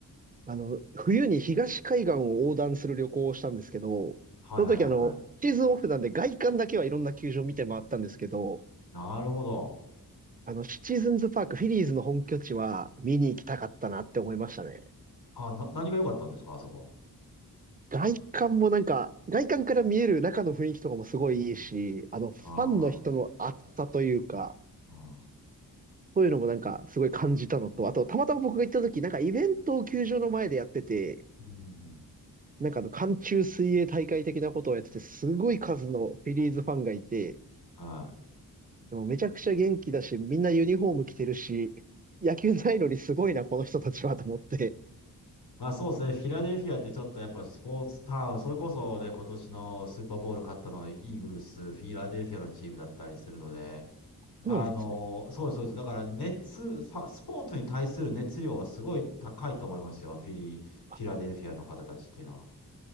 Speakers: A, on the right; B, on the left.
A: あの、冬に東海岸を横断する旅行をしたんですけど、
B: はいはいはいはい。
A: その時あの、シーズンオフなんで外観だけはいろんな球場見て回ったんですけど、
B: なるほど。
A: あの、シチズンズパーク、フィリーズの本拠地は見に行きたかったなって思いましたね。
B: あ、な、何が良かったんですかあそこ。
A: 外観もなんか、外観から見える中の雰囲気とかもすごいいいし、あの、ファンの人の熱さというか、
B: あーあ
A: そういうのもなんかすごい感じたのと、あと、たまたま僕が行った時、なんかイベントを球場の前でやってて、
B: ー。うんうん
A: なんかあの、寒中水泳大会的なことをやってて、すごい数のフィリーズファンがいて、
B: うんはい。
A: でもめちゃくちゃ元気だし、みんなユニフォーム着てるし、野球ないのにすごいな、この人たちはと思って。
B: まあそうですね。フィラデルフィアってちょっとやっぱスポーツタウン、それこそで今年のスーパーボウル勝ったのイーグルス、フィラデルフィアのチームだったりするので、
A: そうなんですね。
B: あの、そうです、そうです。だから熱、さスポーツに対する熱量はすごい高いと思いますよ。フィリー、フィラデルフィアの方たちっていうのは。
A: あ